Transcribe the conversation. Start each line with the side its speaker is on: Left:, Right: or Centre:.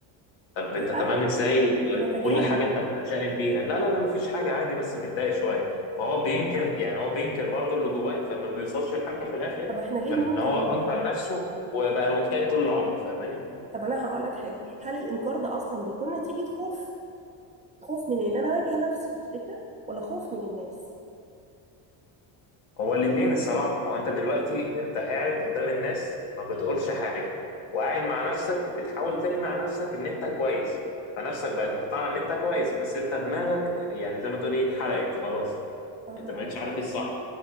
Left: طب انت تمام
Right: آه، ب-
Left: ازاي
Right: بنتجاهل
Left: وكل حاجة انت متشائم بيها لا لا لا مفيش حاجة عادي بس متضايق شوية فهو بينكر يعني هو بينكر برضه اللي جواه فما بيوصلش لحاجة في الاخر
Right: طب احنا ليه
Left: غير
Right: بننكر
Left: ان هو
Right: اللي
Left: انكر
Right: جوانا
Left: نفسه وبقى مكتئب طول العمر فاهماني
Right: طب انا هقول لك حاجة هل الانكار ده اصلا بيكون نتيجة خوف خوف من ان انا اواجه نفسي تفتكر ولا خوف من الناس
Left: هو الاثنين الصراحة ما هو انت دلوقتي انت قاعد قدام الناس ما بتقولش حاجة وقاعد مع نفسك بتحاول تقنع نفسك ان انت كويس فنفسك بقت مقتنعة ان انت كويس بس انت دماغك اتح- يعني زي ما تقول ايه اتحرقت خلاص
Right: اها
Left: انت ما بقتش عارف ايه الصح